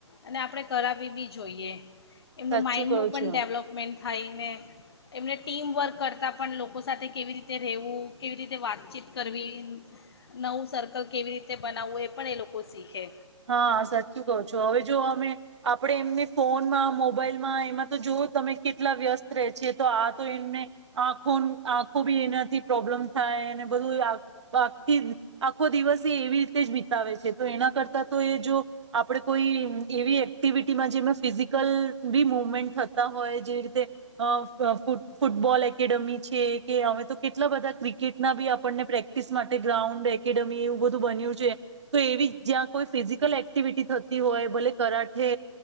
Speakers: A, on the left; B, on the right.
A: અને આપણે કરાવવી બી જોઈએ.
B: સાચું
A: એમનું માઇન્ડ
B: કહું
A: ન પણ
B: છું
A: ડેવલપમેન્ટ થાયને એમને ટીમવર્ક કરતાં પણ લોકો સાથે કેવી રીતે રહેવું કેવી રીતે વાતચીત કરવી નવું સર્કલ કેવી રીતે બનાવવું એ પણ એ લોકો શીખે.
B: હા સાચું કહ છો હવે જો અમે આપણે એમને ફોનમાં મોબાઈલમાં એમાં તો જો તમે કેટલા વ્યસ્ત ર છી તો આ તો એમને આખો આંખો બી એનાથી પ્રોબ્લેમ થાય અને બધું આખી આખો દિવસ એવી રીતે જ બીતાવે છે તો એના કરતાં તો એ જો આપડે કોઈ એવી એક્ટિવિટીમાં જે મા ફિઝિકલ બી મુવમેન્ટ થત તા હોય જે રીતે અ ફૂટબોલ એકેડેમી છે કે અમે તો કેટલા બધા ક્રિકેટના બી આપણને પ્રેક્ટિસ માટે ગ્રાઉન્ડ એકેડેમી એવું બધું બન્યું છે તો એવી જ્યાં કોઈ ફિઝિકલ એક્ટિવિટી થતી હોય ભલે કરાઠે